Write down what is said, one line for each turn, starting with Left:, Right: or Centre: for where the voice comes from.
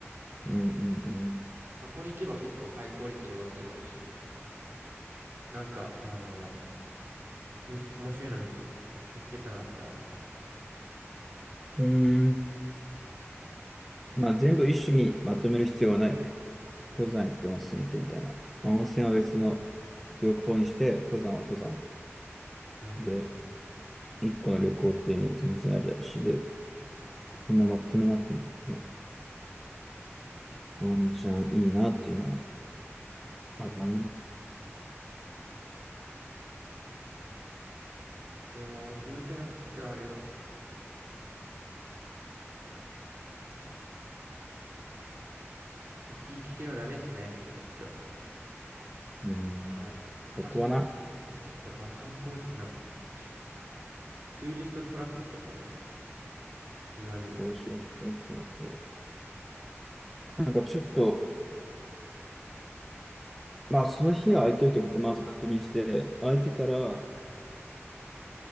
Centre: うん、うん、
Right: 箱根行けば結構ハイクオリティの温泉もあるし、なんか、あのーみ、面白いの見つけ、見つけたのあった。
Centre: うん。うーん。まあ、全部一種にまとめる必要はないよね。登山行って温泉行ってみたいな。まあ温泉は別の旅行にして、登山は登山。
Right: うんうん。
Centre: で、一個の旅行っていうのは全然ありだし、で、そんなまとめなくてもね、
Right: 確かにね。
Centre: ワンチャンいいなっていうのはあるな。う
Right: でも、偶然送ったあれはちょっと、生き生きてはダメですね。ちょっと、
Centre: ん。
Right: あの、高すぎ。
Centre: そこはな。
Right: あちょっと、あ、観光地のツ、ツーリストトラップってやつだね。いわゆる。
Centre: そうそうそうそうそう。なんかちょっと、まあ、その日は空いてるってことをまず確認して、空いてたら、